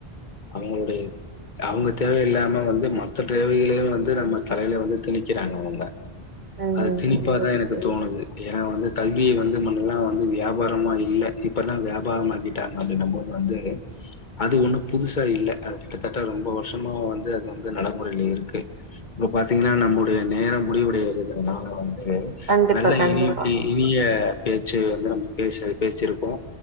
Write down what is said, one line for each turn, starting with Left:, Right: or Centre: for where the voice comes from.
Left: அவுங்களுடைய, அவுங்க தேவயில்லாம வந்து மத்த தேவைகளையு வந்து நம்ம தலைலே வந்து திணிக்கிறாங்க அவுங்க
Right: ம்
Left: அது திணிப்பாதா
Right: செரி
Left: எனக்கு
Right: செரி
Left: தோணுது. ஏனா வந்து கல்விய வந்து முண்ணல்லா வந்து வியாபாரமா இல்ல. இப்பதா வியாபாரமா ஆக்கிட்டாங் அப்டினபோது வந்து. அது ஒண்ணு புதுசா இல்ல, அது கிட்டத்தட்ட ரொம்ப வருஷமா வந்து அது வந்து நடமுறைல இருக்கு. இப்போ பாத்தீங்கன்னா நம்முடைய நேரம் முடிவுடையறதுனால வந்து
Right: கண்டிப்பா
Left: நல்ல
Right: கண்டிப்பா
Left: இருகிக்கி, இனிய பேச்சு வந்து, நம்ம பேச பேசிருக்கோ